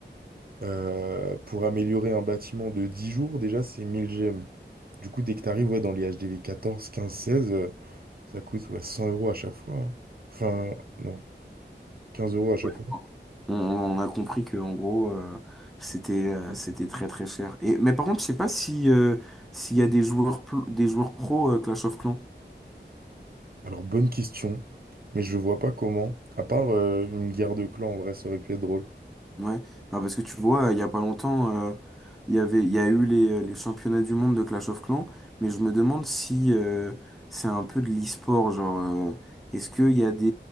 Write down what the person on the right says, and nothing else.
Euh, pour améliorer un bâtiment de 10 jours, déjà, c'est 1000 gemmes. Du coup, dès que tu arrives ouais, dans les HDV quatorze quinze seize euh, ça coûte ouais, 100 euros à chaque fois. hein. Enfin, non, 15 euros à chaque
fois.
Alors, bonne question, mais je vois pas comment. À part euh, une guerre de clans, en vrai, ça aurait pu être drôle.